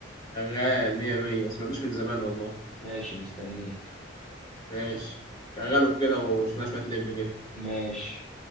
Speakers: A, on the left (about 25°); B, in the centre.
A: شغال مية مية ما سمعتوش من زمان والله
B: ماشي مستنيك
A: ماشي شغله كده وشوية شوية لب كده
B: ماشي